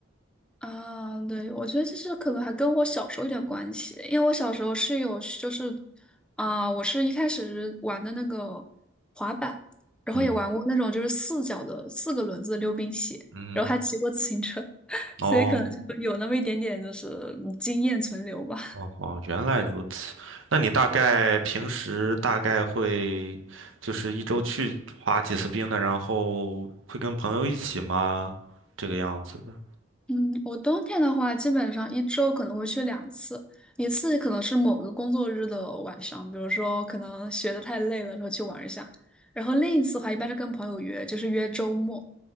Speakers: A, in the centre; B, on the right.
A: 啊，对，我觉得其实可能还跟我小时候有点关系，因为我小时候是有，就是啊、我是一开始玩的那个滑板，然后也玩过那种就是四脚的四个轮子的溜冰鞋，
B: 嗯嗯。
A: 然后还骑过自行车，<laughs> 所以可能就有那么一点点就是嗯经验存留吧。
B: 哦，哦哦，原来如此。那你大概平时大概会就是一周去滑几次冰的，然后会跟朋友一起吗？这个样子的，
A: 嗯，我冬天的话，基本上一周可能会去两次，一次可能是某个工作日的晚上，比如说可能学的太累了，然后去玩一下。然后另一次的话，一般是跟朋友约，就是约周末，